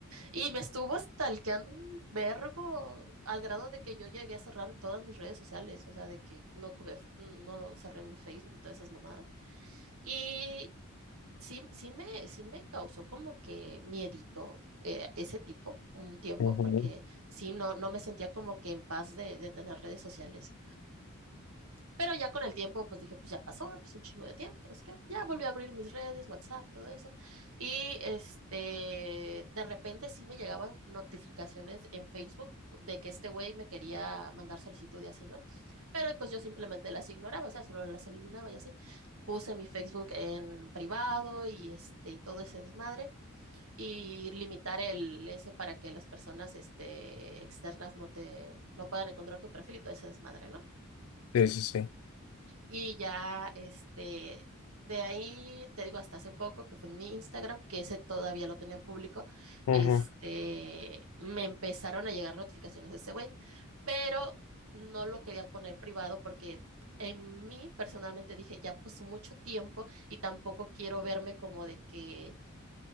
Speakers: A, on the right (about 75°); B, on the left (about 75°).
A: Y me estuvo stalkeando un vergo al grado de que yo llegué a cerrar todas mis redes sociales, o sea, de que no tuve, no cerré mi Facebook y todas esas mamadas. Y sí, sí me, sí me causó como que miedito eh, ese tipo, un tiempo,
B: ajá,
A: porque sí, no, no me sentía como que en paz de, de tener redes sociales. Pero ya con el tiempo, pues dije, pues ya pasó, pues un chingo de tiempo, pero es que ya volví a abrir mis redes, WhatsApp, todo eso. Y este, de repente sí me llegaban notificaciones en Facebook de que este güey me quería mandar solicitud y así, ¿no? Pero pues yo simplemente las ignoraba, o sea, solo las eliminaba y así. Puse mi Facebook en privado y este, y todo ese desmadre y limitar el ese para que las personas este, externas no te, no puedan encontrar tu perfil y todo ese desmadre, ¿no?
B: sí, sí, sí,
A: Y ya, este, de ahí, te digo, hasta hace poco, que fue en mi Instagram, que ese todavía lo tenía público,
B: ajá,
A: este, me empezaron a llegar notificaciones de ese güey, pero no lo quería poner privado porque en mí personalmente dije, ya pasó mucho tiempo y tampoco quiero verme como de que,